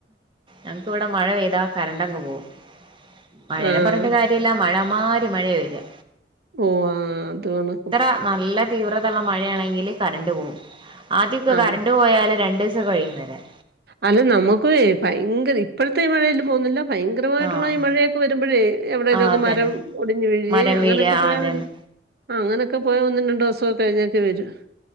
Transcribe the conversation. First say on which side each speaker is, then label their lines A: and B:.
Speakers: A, on the right (about 30°); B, on the right (about 60°).
A: ഞക്ക് ഇവ്ടെ മഴ പെയ്താ കരണ്ടങ്ങ് പോവും മഴേനെ
B: ആഹ്
A: പറഞ്ഞിട്ട് കാര്യ ഇല്ല മഴ മാരി മഴയ വരാ
B: ഓഹ് ആഹ് അതു ആണ്
A: വട നല്ല തീവ്രതള്ള മഴയാണെങ്കില് കറണ്ട് പോവും ആദ്യക്കെ
B: ആഹ്
A: കറൺ പോയാല് രണ്ടു ദിവസം കഴിയുവരാൻ.
B: അല്ല നമുക്കു എ ഭയങ്കര ഇപ്പോഴത്തെ ഈ മഴെല് പോന്നില്ല. ഭയങ്കരമായിട്ടുള്ള
A: ആഹ്
B: ഈ മഴയൊക്കെ വരുമ്പോഴേ എവിടെടേലൊക്കെ
A: ആഹ് അതന്നെ
B: മരം ഒടിഞ്ഞു വീഴേ
A: മരം
B: അങ്ങനെയൊക്കെ
A: വീഴ ആഹ്
B: പോയ
A: അതന്നെ
B: പിന്നെ ആഹ് അങ്ങനൊക്കെ പോയ ഒന്നു രണ്ട്വസൊ കഴിഞ്ഞൊക്കെ വരു.